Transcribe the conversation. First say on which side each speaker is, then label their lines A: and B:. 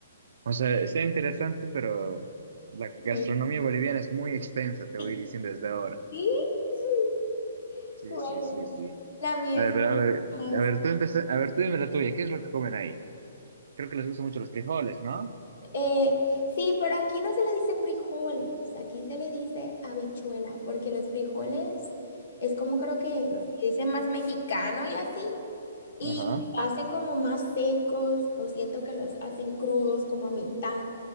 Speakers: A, on the right (about 65°); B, on the left (about 65°).
A: O sea, está interesante, pero la
B: Ujú.
A: gastronomía boliviana es muy extensa, te
B: Sí.
A: voy diciendo desde ahora.
B: Sí. <laughs>
A: Sí,
B: Bueno,
A: sí, sí, sí.
B: la mía
A: A ver,
B: es
A: pero a ver,
B: más,
A: a ver, tú empeza- a ver, tú dime la tuya, ¿qué es lo que comen ahí? Creo que les gustan mucho los frijoles, ¿no?
B: Eh, sí, pero aquí no se le dice frijoles, aquí se le dice habichuela, porque los frijoles es como creo que
A: Chéveres.
B: se le dice más mexicano y así, y
A: Ajá.
B: hacen como más secos, o siento que los hacen crudos como a mitad